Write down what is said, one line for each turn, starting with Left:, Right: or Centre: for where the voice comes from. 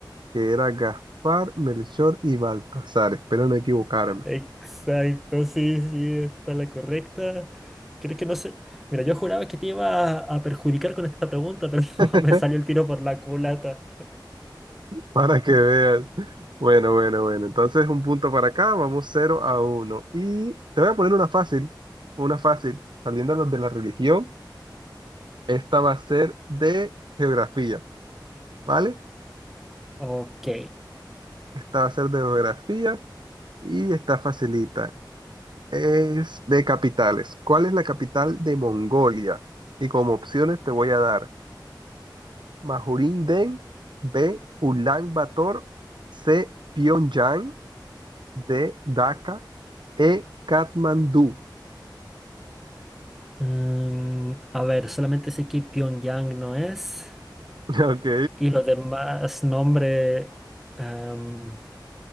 Right: que era Gaspar, Melchor y Baltasar. Espero no equivocarme.
Centre: Exacto, sí, sí, está la correcta. Creo que no sé. Mira, yo juraba que te iba a, a perjudicar con esta pregunta, pero
Right: <laughs>
Centre: <laughs> me salió el tiro por la culata.
Right: Para que veas. Bueno, bueno, bueno. Entonces un punto para acá, vamos cero a uno Y te voy a poner una fácil, una fácil, saliéndonos de la religión. Esta va a ser de geografía, ¿vale?
Centre: Ok.
Right: Esta va a ser de geografía y está facilita. Es de capitales. ¿Cuál es la capital de Mongolia? Y como opciones te voy a dar majurin B. Ulan Bator, C. Pyongyang, D. Dhaka, E. Katmandú.
Centre: Mm, a ver, solamente sé que Pyongyang no es.
Right: <laughs> Ok,
Centre: Y los demás nombres, em,